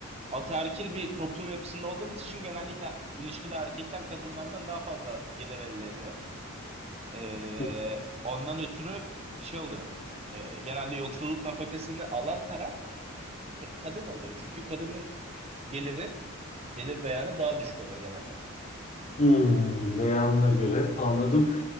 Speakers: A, on the right (about 30°); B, on the left (about 30°).
A: ataerkil bir toplum yapısında olduğumuz için genellikle ilişkide erkekler kadınlardan daha fazla gelir elde ediyor. Ee,
B: hmm.
A: ondan ötürü şey oluyor. Ee, genelde yoksulluk nafakasını alan taraf k- kadın oluyor. Çünkü kadının geliri, gelir beyanı daha düşük oluyor genelde.
B: Hmm, beyanına göre anladım.